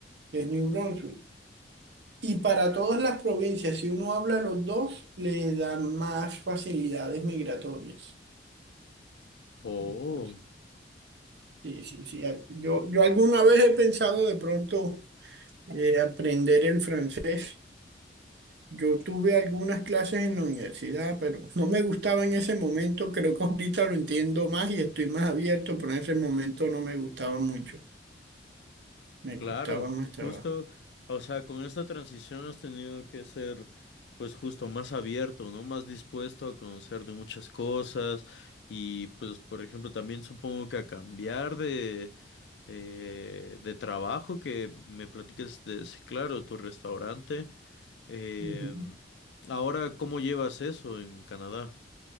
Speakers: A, on the right (about 70°); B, on the left (about 75°).
A: que es New Brunswick. Y para todas las provincias, si uno habla los dos, le dan más facilidades migratorias.
B: Oh,
A: Entonces, sí, sí, sí. a- Yo, yo alguna vez he pensado de pronto eh, aprender el francés Yo tuve algunas clases en la universidad, pero no me gustaba en ese momento. Creo que ahorita lo entiendo más y estoy más abierto, pero en ese momento no me gustaba mucho. Me
B: claro.
A: costaba más trabajo.
B: Justo, o sea, con esta transición has tenido que ser, pues justo más abierto, ¿no? Más dispuesto a conocer de muchas cosas y, pues, por ejemplo, también supongo que a cambiar de, eh, de trabajo que me platiques de, sí, claro, tu restaurante. Eh,
A: Ujú.
B: ahora, ¿cómo llevas eso en Canadá?